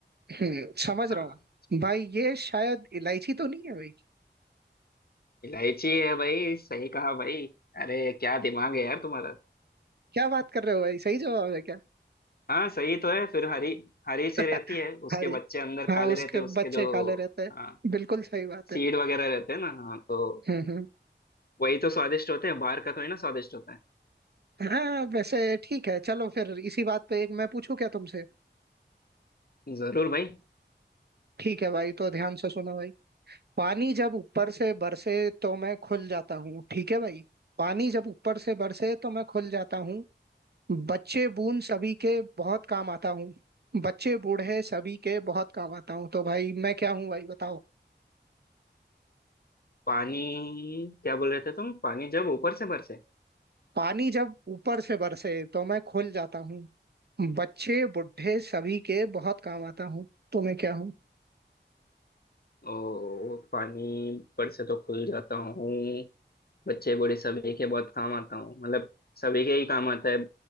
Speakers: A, on the right; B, on the left.
A: हम्म, समझ
B: हाँ
A: रहा हूँ भाई ये शायद इलायची तो नहीं है भाई
B: इलायची है भाई सही कहा भाई अरे क्या दिमाग है यार तुम्हारा
A: क्या बात कर रहे हो भाई सही जवाब है क्या
B: हाँ सही तो है फिर हरी हरी
A: <laughs>
B: सी रहती है उसके
A: अरे
B: बच्चे अंदर
A: हाँ
B: काले
A: उसके
B: रहते हैं उसके
A: बच्चे
B: जो
A: काले रहते हैं
B: हाँ
A: बिल्कुल सही बात
B: सीड
A: है
B: वगैरह रहते हैं ना हाँ तो
A: हम्म हम्म।
B: वही तो स्वादिष्ट होते हैं बाहर का थोड़ी ना स्वादिष्ट होता है
A: हाँ वैसे ठीक है चलो फिर इसी बात पे एक मैं पूछूं क्या तुमसे
B: जरूर भाई
A: ठीक है भाई तो ध्यान से सुनो भाई पानी जब ऊपर से बरसे तो मैं खुल जाता हूँ ठीक है भाई पानी जब ऊपर से बरसे तो मैं खुल जाता हूँ बच्चे बून सभी के बहुत काम आता हूँ बच्चे बूढ़े सभी के बहुत काम आता हूँ तो भाई मैं क्या हूँ भाई बताओ
B: पानी क्या बोल रहे थे तुम पानी जब ऊपर से बरसे
A: पानी जब ऊपर से बरसे तो मैं खुल जाता हूँ बच्चे बूढ़े सभी के बहुत काम आता हूँ तो मैं क्या हूँ
B: और पानी पर से तो खुल जाता हूँ बच्चे बूढ़े सभी के बहुत काम आता हूँ मतलब सभी के ही काम आता है